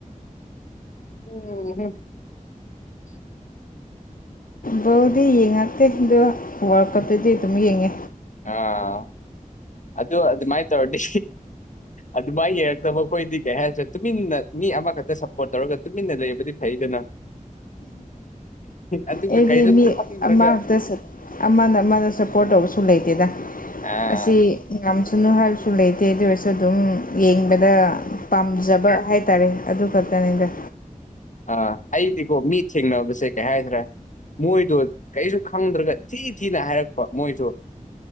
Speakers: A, on the left (about 60°); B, on the left (about 80°).
A: ꯎꯝ <inaudible>
B: ꯕꯣꯜꯗꯤ ꯌꯦꯡꯉꯛꯇꯦ ꯑꯗꯣ ꯋꯥꯔꯜ ꯀꯞꯇꯗꯤ ꯑꯗꯨꯝ ꯌꯦꯡꯉꯦ
A: ꯑꯥ ꯑꯗꯨ ꯑꯗꯨꯃꯥꯏꯅ ꯇꯧꯔꯗꯤ ꯑꯗꯨꯃꯥꯏꯅ ꯌꯦꯡꯔꯛꯇꯕ ꯑꯩꯈꯣꯏꯗꯤ ꯀꯩ ꯍꯥꯏꯔꯁꯤꯦ ꯇꯨꯃꯤꯟꯅ ꯃꯤ ꯑꯃꯈꯛꯇ ꯁꯞꯄꯣꯔꯠ ꯇꯧꯔꯒ ꯇꯨꯃꯤꯟꯅ ꯂꯩꯕꯗꯤ ꯐꯩꯗꯅ ꯑꯗꯨꯒ
B: ꯑꯩꯗꯤ
A: ꯀꯩꯁꯨ
B: ꯃꯤ
A: ꯈꯪꯗ꯭ꯔꯒ
B: ꯑꯃꯗꯁꯨ ꯑꯃꯅ ꯑꯃꯅ ꯁꯞꯄꯣꯔꯠ ꯇꯧꯕꯁꯨ ꯂꯩꯇꯦꯗ
A: ꯑ
B: ꯑꯁꯤ ꯉꯝꯁꯅꯨ ꯍꯥꯏꯕꯁꯨ ꯂꯩꯇꯦ ꯑꯗꯨ ꯑꯣꯏꯔꯁꯨ ꯑꯗꯨꯝ ꯌꯦꯡꯕꯗ ꯄꯥꯝꯖꯕ ꯍꯥꯏ ꯇꯥꯔꯦ ꯑꯗꯨ ꯈꯛꯇꯅꯤꯗ
A: ꯑꯥ ꯑꯩꯗꯤꯀꯣ ꯃꯤ ꯊꯦꯡꯅꯕꯁꯦ ꯀꯩ ꯍꯥꯏꯈ꯭ꯔꯦ ꯃꯣꯏꯗꯣ ꯀꯩꯁꯨ ꯈꯪꯗ꯭ꯔꯒ ꯊꯤ ꯊꯤꯅ ꯍꯥꯏꯔꯛꯄ ꯃꯣꯏꯗ